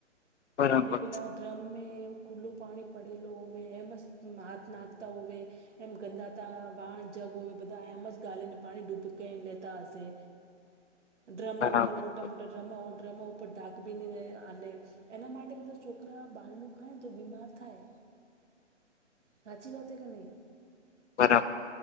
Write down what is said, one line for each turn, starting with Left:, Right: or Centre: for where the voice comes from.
Left: બરાબર
Right: ને પેલા ડ્રમ એવ ખુલ્લું પાણી પડેલ હોવે એમ જ હાથ નાખતા હોવે એમ ગંદાતા વાણ જગ હો બધા એમ જ ગાલીને પાણી ડૂબને લેતા હશે. ડ્રમા
Left: બરાબર
Right: ઉપર મોટા મોટા ડ્રમા ડ્રમા ઉપર ડાક બીની આ એના માટે પછી છોકરા બાલનું ખાય ને તો બીમાર થાય. સાાચી વાત કે નહી.
Left: હા